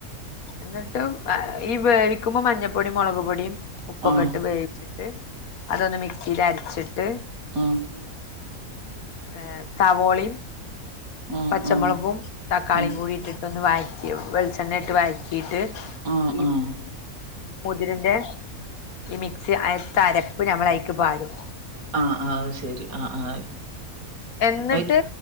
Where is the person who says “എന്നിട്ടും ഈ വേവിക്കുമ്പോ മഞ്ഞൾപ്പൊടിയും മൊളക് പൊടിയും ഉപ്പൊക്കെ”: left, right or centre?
Left